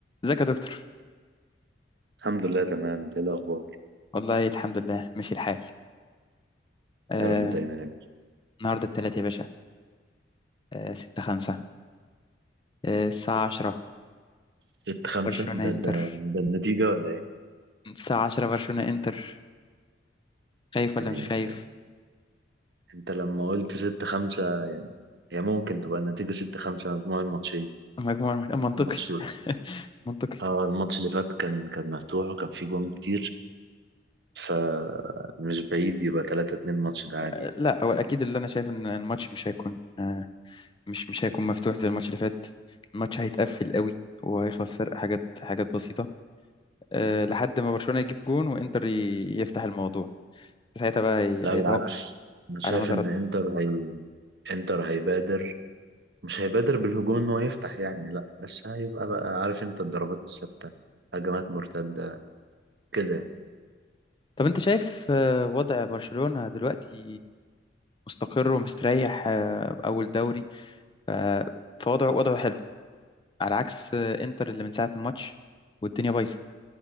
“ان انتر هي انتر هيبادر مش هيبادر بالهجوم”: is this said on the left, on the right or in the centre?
Right